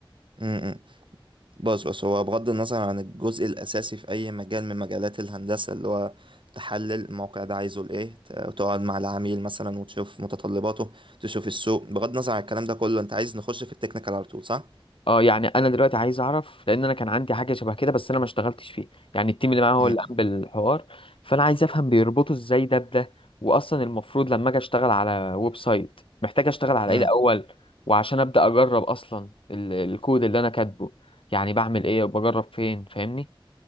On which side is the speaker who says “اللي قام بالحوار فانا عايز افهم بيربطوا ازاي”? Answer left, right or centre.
Left